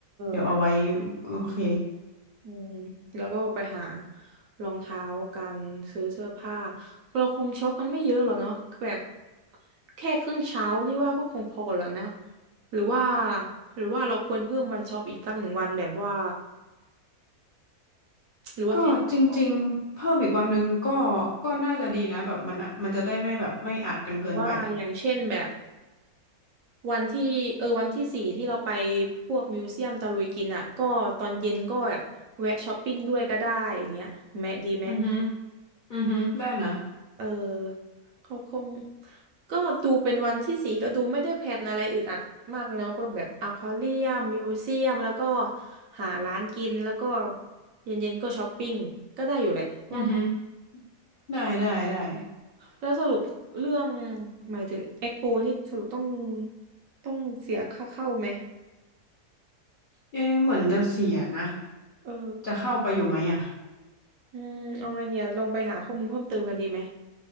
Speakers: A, on the left; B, on the right.
A: เดี๋ยวเอาไว้
B: เนี่ย
A: โอเค
B: อืมแล้วก็ไปหารองเท้ากันซื้อเสื้อผ้าเราคงช็อปกันไม่เยอะหรอกเนาะแบบแค่ครึ่งเช้านี่ว่าก็คงพอแล้วนะหรือว่าหรือว่าเราควรเพิ่มวันช็อปอีกสักหนึ่งวันแบบว่าหรือว่าแค่นี้พอเลย
A: ก็จริงๆ เพิ่มอีกวันหนึ่งก็ก็น่าจะดีนะแบบมันมันจะได้ไม่แบบไม่อัดกันเกินไป
B: หรือว่าอย่างเช่นแบบ วันที่เออวันที่สี่ที่เราไปพวกมิวเซียมตะลุยกินอ่ะก็ตอนเย็นก็แบบแวะช้อปปิ้งด้วยก็ได้อย่างเงี้ยแม่ดีไหม
A: อือหึอือหึได้นะ
B: เออเขาคงก็ดูเป็นวันที่สี่ก็ดูไม่ได้แพลนอะไรอึดอัดมากเนาะก็แบบอควาเรียมมิวเซียมแล้วก็หาร้านกินแล้วก็เย็นๆก็ช้อปปิ้งก็ได้อยู่แหละว่า
A: อือหึอ ได้ได้ได้
B: แล้วสรุปเรื่องหมายถึงเอ็กโปนี่สรุปต้องต้องเสียค่าเข้าไหม
A: เอ๊ะเหมือนจะเสียนะ
B: เออ
A: จะเข้าไปอยู่ไหมอ่ะ
B: อืมเอาไงเดียวลองไปหาข้อมูลเพิ่มเติมกันดีไหม